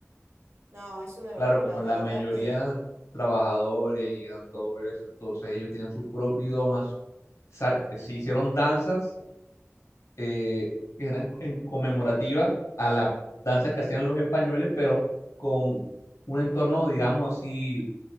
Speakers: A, on the right (about 70°); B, on the left (about 90°).
A: No, es una locura,
B: Claro, como
A: la
B: la
A: verdad
B: mayoría
A: que...
B: eran trabajadores y eran todo eso, entonces ellos tenían su propio idioma, su- sa- se hicieron danzas eh, que eran en conmemorativa a las danzas que hacían los españoles, pero con un entorno, digamos así,